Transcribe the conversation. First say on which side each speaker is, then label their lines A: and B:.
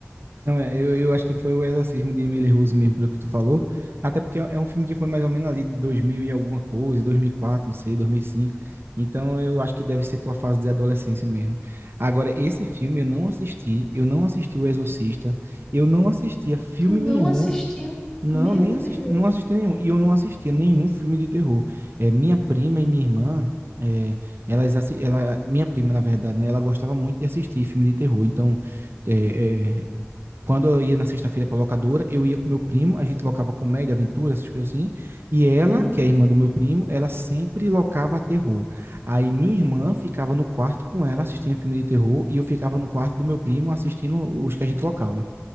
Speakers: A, on the right; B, on the left.
A: Não, é, eu, eu acho que foi o Exorcismo de Emily Rose mesmo, pelo que tu falou. Até porque é um filme que foi mais ou menos ali de 2000 e alguma coisa, 2004, não sei, 2005. Então eu acho que deve ser tua fase de adolescência mesmo. Agora, esse filme eu não assisti, eu não assisti O Exorcista, eu não assistia filme
B: Tu não
A: nenhum
B: assistiu?
A: Não,
B: Meu
A: nem assisti,
B: Deus.
A: não assisti nenhum. E eu não assistia nenhum filme de terror. É, minha prima e minha irmã, é, elas, assi- ela, minha prima, na verdade, né, ela gostava muito de assistir filme de terror. Então, é, é, quando eu ia na sexta-feira para locadora, eu ia com meu primo, a gente locava comédia, aventura, essas coisas assim. E ela,
B: Sim,
A: que é a irmã do meu primo, ela sempre locava terror. Aí minha irmã ficava no quarto com ela assistindo filme de terror e eu ficava no quarto do meu primo assistindo os que a gente locava.